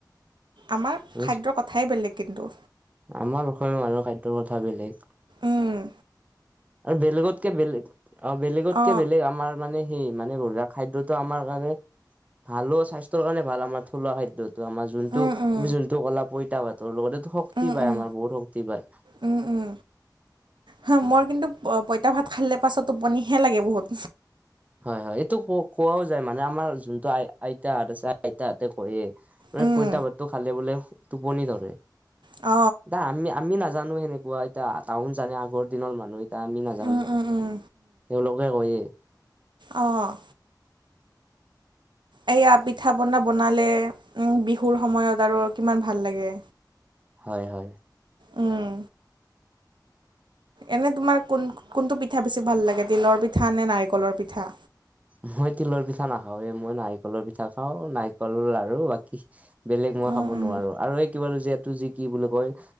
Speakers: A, on the right; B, on the right.
A: আমাৰ
B: তুমি
A: খাদ্যৰ কথাই বেলেগ কিন্তু।
B: আমাৰ অসমীয়া মানুহৰ খাদ্যৰ কথা বেলেগ।
A: উম
B: আৰু বেলেগতকে বেলেগ অ বেলেগতকে
A: অ
B: বেলেগ আমাৰ মানে সেই মানে বা খাদ্যতো আমাৰ কাৰণে ভালো স্বাস্থ্যৰ কাৰণে ভাল আমাৰ থলুৱা খাদ্যত ত আমাৰ যোনটো
A: উম উম
B: তুমি যোনটো ক'লা পইতা ভাতৰ লগতে শক্তি
A: উম
B: পায়
A: উম
B: আমাৰ বহুত শক্তি পায়
A: উম উম হা
B: উ।
A: মোৰ কিন্তু পইতা ভাত খালে পাছত টোপনিহে লাগে বহুত
B: হয় হয় এইটো ক কোৱাও যায় মানে আমাৰ যোনটো আই আইতাহঁত আছে আইতহঁতে কয় মানে
A: উম
B: পইতা ভাতটো খালে বোলে টোপনি ধৰে।
A: অ
B: দা আমি আমি নাজানো সেনেকুৱা এতিয়া টাউন জানে আগৰ দিনৰ মানুহ এ বা আমি নাজানো
A: উম উম উম
B: তেওঁলোকে কয়েই।
A: অঁ এইয়া পিঠা পনা বনালে বিহুৰ সময়ত আৰু কিমান ভাল লাগে।
B: হয় হয়।
A: উম। এনে তোমাৰ কোন কোনটো পিঠা বেছি ভাল লাগে তিলৰ পিঠা নে নাৰিকলৰ পিঠা?
B: মই তিলৰ পিঠা নাখাওঁৱে মই নাৰিকলৰ পিঠা খাওঁ, নাৰিকল আৰু বাকী বেলেগ মই
A: উম
B: খাব
A: উম
B: নোৱাৰোঁ, আৰু এই <unintelligible> যি কি বুলি কয়